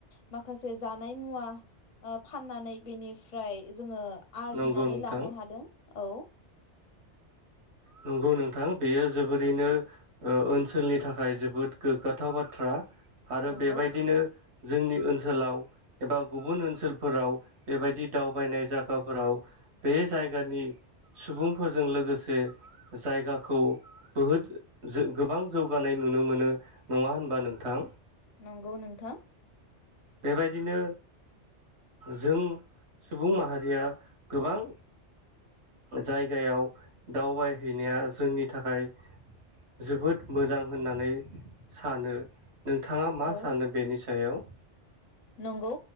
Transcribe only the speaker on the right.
नंगौ नोंथां
नंगौ नोंथां बेयो जोबोरैनो ओ ओनसोलनि थाखाय जोबोद गोग्गाथाव बाथ्रा । आरो
बेबायदिनो जोंनि ओनसोलाव एबा गुबुन ओनसोलफोराव बेबायदि दावबायनाय जायगाफोराव बे जायगानि सुबुंफोर जों लोगोसे जायगाखौ बहुद जो गोबां जौगानाय नुनो मोनो नङा होनबा नोंथां?
बेबायदिनो जों सुबुं माहारिया गोबां जायगायाव दावबायहैनाया जोंनि थाखाय जोबोद मोजां होननानै सानो नोंथाङा मा
सानो बेनि सायाव?